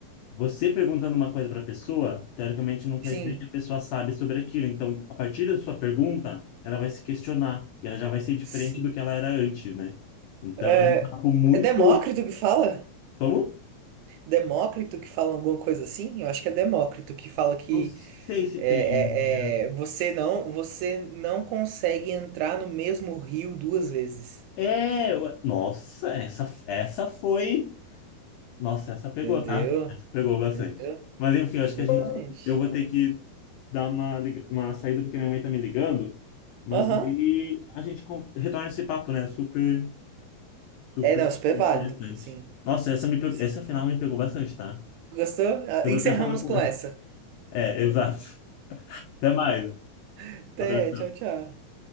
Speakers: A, on the left; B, on the right.
A: você perguntando uma coisa para pessoa, teoricamente não quer
B: sim,
A: dizer que a pessoa sabe sobre aquilo. Então, a partir da sua pergunta, ela vai se questionar e ela já vai ser diferente
B: sim.
A: do que ela era antes, né? Então,
B: É,
A: é um papo muito.
B: é Demócrito que fala?
A: Como?
B: Demócrito que fala alguma coisa assim? Eu acho que é Demócrito que fala que
A: Não sei se
B: é,
A: tem. né?
B: é, é, você não você não consegue entrar no mesmo rio duas vezes.
A: É, eu- nossa, essa, essa foi. Nossa, essa pegou,
B: Entendeu?
A: tá? Essa pegou bastante.
B: Entendeu?
A: Mas enfim, eu acho
B: Exatamente.
A: que a gente. Eu vou ter que dar uma, liga- uma saída porque minha mãe tá me ligando. Mas
B: Aham.
A: daí a gente con- retorna esse papo, né? Super, super
B: É, não, super
A: interessante.
B: válido. Sim,
A: Nossa, essa, me, pe-
B: sim.
A: essa final me pegou bastante, tá?
B: Gostou? Ah,
A: Eu
B: Encerramos
A: vou até falar com
B: com
A: ela.
B: essa.
A: É, exato. Até mais.
B: Até,
A: Abração.
B: tchau, tchau.